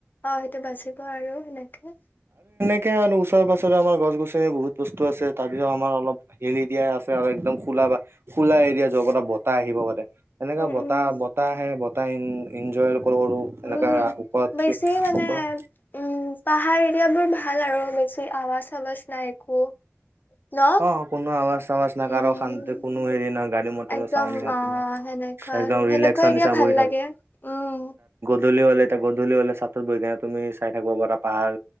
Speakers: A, on the left; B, on the right.
A: অ সেইটো বাাজিব আৰু সেনেকে।
B: তাকে আৰু ওচৰে পাছৰে আমাৰ গছ গছনি বহুত বস্তু আছে তাৰ পিছত আমাৰ অল হেলি দিয়াই আছে। একদম খোলা বা খোলা এৰিয়া যোৱাৰ পৰা বতাহ আহিব পাৰে এনেকা
A: উম
B: বতাহ
A: উম
B: বতাহ আহে। এনজয়ো
A: উম
B: এনেকা ওপৰত।
A: বেছি মানে উম পাহাৰ এৰিয়াাবোৰ ভাল আৰু বেছি আৱাজ আৱাজ নাই। একো ন
B: অ কোনো আৱাজ। আউজ নাই
A: উম
B: কোনো হেৰি ন গাডী মতৰ
A: একদম
B: ছাউণ্ড নাই
A: অ
B: তোমাৰ
A: সেনেকুৱা
B: একদমক
A: আৰু সেনেকুৱা
B: হিচ।
A: এৰিয়া ভাল লাগে উম।
B: দূলি হলে থাকো দূলি হাললে চাতত বহ কেনে তুমি চাই থাকিব পাৰা পাহাৰ